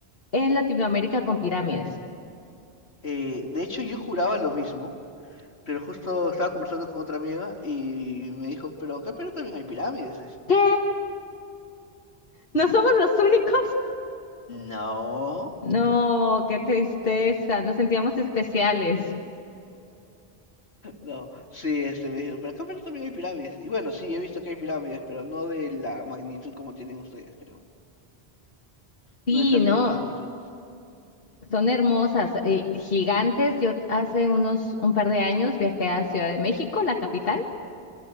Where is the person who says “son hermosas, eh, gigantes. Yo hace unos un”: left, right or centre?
Left